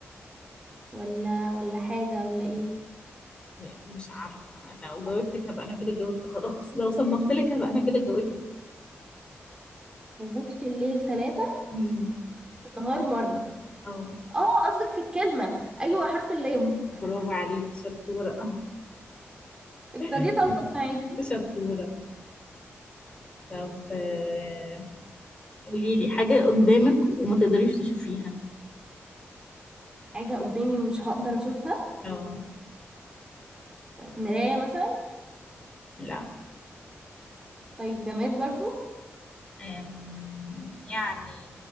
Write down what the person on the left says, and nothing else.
م- مش عارفة لو جاوبتك هبقى أنا كده جاوبت خلاص لو صنفت لك هبقى أنا كده جاوبت
مم.
اه
برافو عليك شطورة
<laughs>
شطورة طب آه، قولي لي حاجة قدامك وما تقدريش تشوفيها
اه
لا
أم، يعني